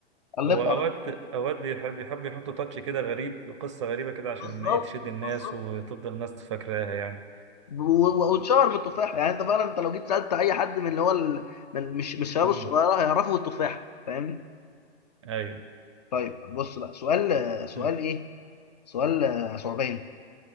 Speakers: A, on the left; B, on the right.
A: ألفوا
B: هو اوقات
A: على
B: اوقات بيحب بيحب يحطوا تاتش كده غريب قصة غريبة كده عشان
A: بالظبط
B: ايه تشد الناس
A: بالظبط
B: وتفضل الناس فاكراها يعني
A: و- واتشهر بالتفاح يعني انت فعلا انت لو جيت سالت اي حد من اللي هو ال... من مش مش الشباب
B: مم.
A: الصغيره هيعرفوا التفاح فاهمني
B: ايوه
A: طيب بص بقى سؤال سؤال
B: مم.
A: ايه سؤال آه، ثعباني